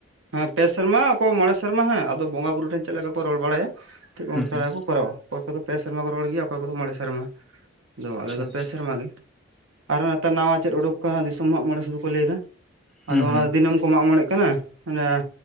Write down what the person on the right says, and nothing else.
ᱦᱮᱸ ᱯᱮ ᱥᱮᱨᱢᱟ ᱟᱠᱚᱭ ᱢᱚᱬᱮ ᱥᱮᱨᱢᱟ ᱦᱮᱸ ᱟᱫᱚ ᱵᱚᱸᱜᱟ ᱵᱩᱨᱩ ᱴᱷᱮᱱ ᱪᱮᱫ ᱞᱮᱠᱟ ᱠᱚ ᱨᱚᱲ ᱵᱟᱲᱟᱭᱟ ᱴᱷᱤᱠ
ᱚᱱᱠᱟ
ᱜᱮ ᱠᱚᱨᱟᱣᱟ ᱚᱠᱚᱭ ᱠᱚᱫᱚ ᱯᱮ ᱥᱮᱨᱢᱟ ᱠᱚ ᱨᱚᱲ ᱜᱮᱭᱟ ᱚᱠᱚᱭ ᱠᱚᱫᱚ ᱢᱚᱬᱮ ᱥᱮᱨᱢᱟ ᱟᱫᱚ
ᱟᱞᱮᱫᱚ
ᱯᱮ ᱥᱮᱨᱢᱟ ᱜᱮ ᱟᱨᱚ ᱱᱮᱛᱟᱨ ᱱᱟᱣᱟ ᱪᱮᱫ ᱩᱰᱳᱠ ᱟᱠᱟᱱᱟ ᱫᱤᱥᱚᱢ ᱦᱟᱸᱜ ᱢᱚᱬᱮ ᱥᱩᱫᱩ ᱠᱚ ᱞᱟᱹᱭᱫᱟ
ᱟᱫᱚ ᱚᱱᱟ
ᱫᱚ ᱫᱤᱱᱟᱹᱢ ᱠᱚ ᱢᱟᱜ ᱢᱚᱬᱮᱜ ᱠᱟᱱᱟ ᱚᱱᱮ